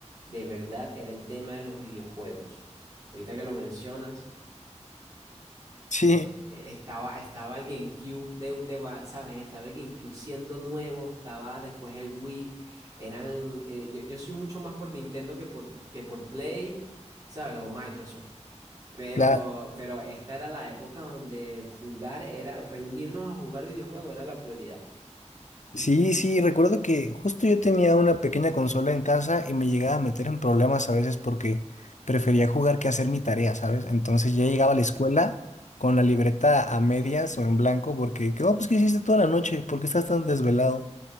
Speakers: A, on the right; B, on the left.
A: de verdad, era el tema de los videojuegos. Ahorita que lo mencionas,
B: Sí.
A: es- estaba, estaba el GameCube de, de va- ¿sabes? Estaba el GameCube siendo nuevo, estaba después el Wii, eran, eh, yo, yo soy mucho más por Nintendo que por, que por Play, ¿sabes? O Microsoft. Pero,
B: Claro.
A: pero esta era la época donde jugar era, reunirnos a jugar videojuegos era la prioridad.
B: Sí, sí, recuerdo que justo yo tenía una pequeña consola en casa y me llegaba a meter en problemas a veces porque prefería jugar que hacer mi tarea, ¿sabes? Entonces ya llegaba a la escuela con la libreta a medias o en blanco porque, ¿qué, no, pues, ¿qué hiciste toda la noche? ¿Por qué estás tan desvelado?